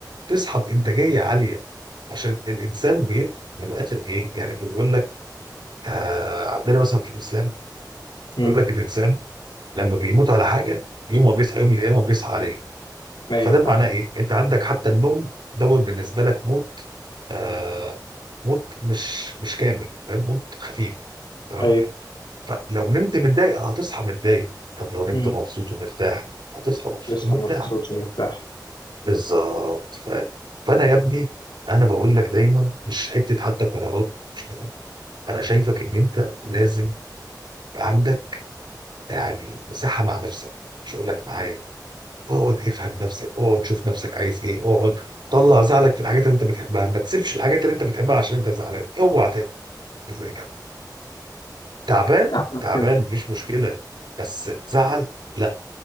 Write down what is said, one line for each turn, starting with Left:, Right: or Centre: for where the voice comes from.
Right: تصحى بانتاجيه عاليه عشان الانسان بي من الاخر ايه يعني بنقول لك آه عندنا مثلا في الاسلام
Left: مم.
Right: يقول لك الانسان لما بيموت على حاجه يوم ما بيصحى يوم القيامه بيصحى عليه
Left: أيوه
Right: فده
Left: فاهم
Right: معناه ايه؟ انت عندك حتى النوم دوت بالنسبه لك موت آه موت مش مش كامل فاهم؟ موت خفيف تمام
Left: ايوه
Right: فلو نمت متضايق هتصحى متضايق طب لو نمت
Left: مم.
Right: مبسوط ومرتاح هتصحى مبسوط
Left: تصحى
Right: ومرتاح
Left: مبسوط ومرتاح
Right: بالظبط فاهم فانا يا ابني انا بقول لك دايما مش حته حتى قرارات مش قرارات. انا شايفك ان انت لازم يبقى عندك يعني مساحه مع نفسك مش هقول لك معايا اقعد افهم نفسك اقعد شوف نفسك عايز ايه اقعد طلع زعلك في الحاجات اللي انت بتحبها ما تسيبش الحاجات اللي انت بتحبها عشان انت زعلان اوعى تعمل زي كده تعبان
Left: تعمل
Right: تعبان
Left: كده.
Right: مفيش مشكله بس زعل لا